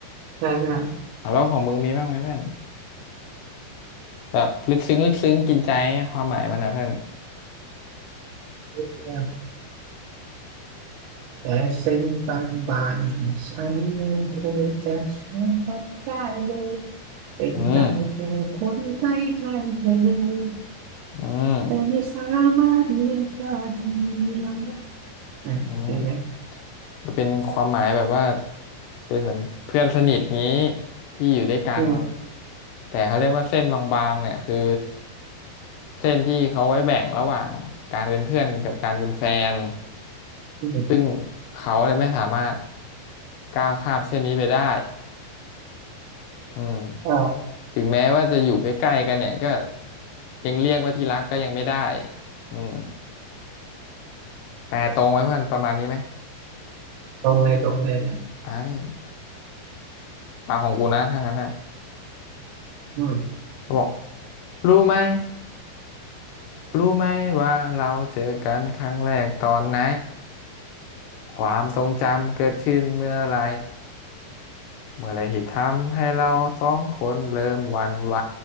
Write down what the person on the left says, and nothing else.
อ่ะอ่ะแล้วของมึงมีบ้างไหมเพื่อนแบบลึกซึ้งลึกซึ้งกินใจเนี่ยความหมายมันนะเพื่อน
อืมอืม
อืมจะเป็นความหมายแบบว่าเป็นเหมือนเพื่อนสนิทงี้ที่อยู่ด้วยกัน
แต่เขาเรียกว่าเส้นบางๆเนี่ยคือ เส้นที่เขาไว้แบ่งระหว่างการเป็นเพื่อนกับการเป็นแฟน
ซึ่งเขาเนี่ยไม่สามารถก้าวข้ามเส้นนี้ไปได้อืม
ถึงแม้ว่าจะอยู่ใกล้ๆกันเนี่ยก็ยังเรียกว่าที่รักก็ยังไม่ได้อืมแปลตรงไว้เพื่อนประมาณนี้ไหม
อ่านี่ปากของกูนะถ้างั้นน่ะ
เขาบอกรู้ไหมรู้ไหมว่าเราเจอกันครั้งแรกตอนไหนความทรงจำเกิดขึ้นเมื่อไหร เมื่อไหรที่ทำให้เราสองคนเริ่มหวั่นไหว